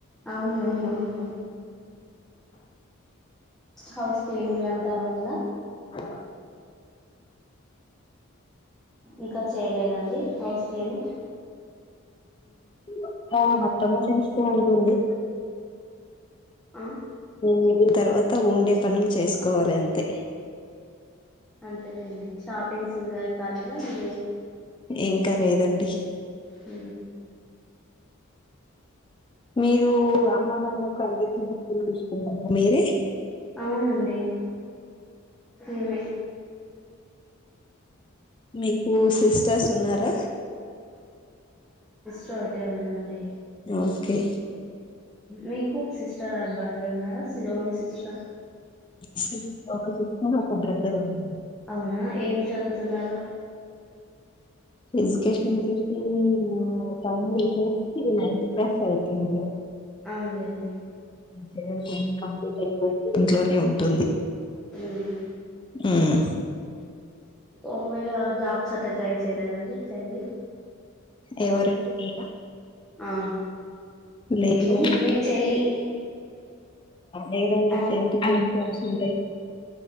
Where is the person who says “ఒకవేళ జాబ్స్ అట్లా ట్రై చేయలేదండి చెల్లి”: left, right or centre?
Centre